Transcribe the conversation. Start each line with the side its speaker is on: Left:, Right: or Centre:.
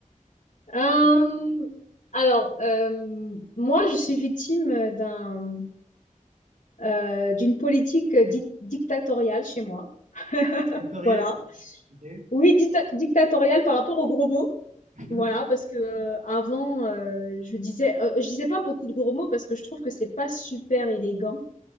Left: euh, alors, euh, moi, je suis victime d'un, euh, d'une politique di- dictatoriale chez moi. <laughs>
Right: Factoriel.
Left: Voilà.
Right: Ok.
Left: Oui, dicta- dictatoriale par rapport aux gros mots.
Right: Mhm.
Left: Voilà, parce que euh, avant, euh, je disais, euh, je disais pas beaucoup de gros mots parce que je trouve que c'est pas super élégant.